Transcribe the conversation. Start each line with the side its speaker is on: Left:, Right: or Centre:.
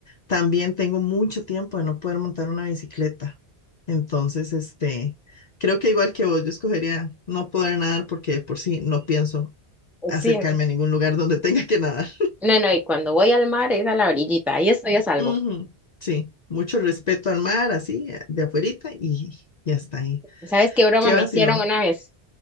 Left: también tengo mucho tiempo de no poder montar una bicicleta. Entonces, este, creo que igual que vos, yo escogería no poder nadar porque de por sí no pienso acercarme
Centre: Sí,
Left: a ningún lugar donde <laughs> tenga que nadar.
Centre: No, no, y cuando voy al mar es a la orillita, ahí estoy a
Left: <laughs>
Centre: salvo.
Left: Ujú, Sí, mucho respeto al mar, así, eh, de afuerita y, y hasta ahí.
Centre: ¿Sabes qué broma
Left: Qué
Centre: me
Left: vacilón.
Centre: hicieron una vez?